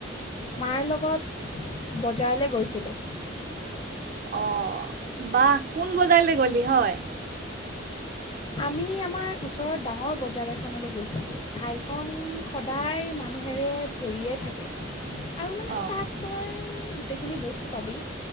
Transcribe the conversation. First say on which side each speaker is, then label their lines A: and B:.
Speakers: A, on the left (about 30°); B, on the right (about 45°).
A: মাৰ লগত বজাৰলৈ গৈছিলোঁ।
B: অ, বাহ কোন বজাৰলৈ গ'লি হয়?
A: আমি আমাৰ ওচৰৰ ডাঙৰ বজাৰ এখনলৈ গৈছিলোঁ, ঠাইখন সদায় মানুহেৰে ভৰিয়ে থাকে, আৰু মানে
B: অঁ
A: তাত তই গোটেইখিনি বস্তু পাবি।